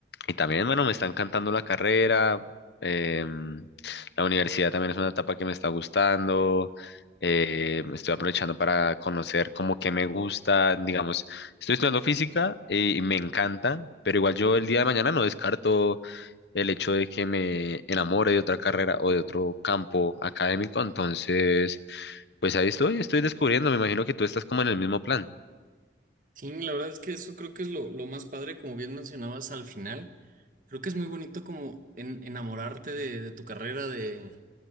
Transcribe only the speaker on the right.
Sí, la verdad es que eso creo que es lo, lo más padre, como bien mencionabas al final. Creo que es muy bonito como en- enamorarte de, de tu carrera, de,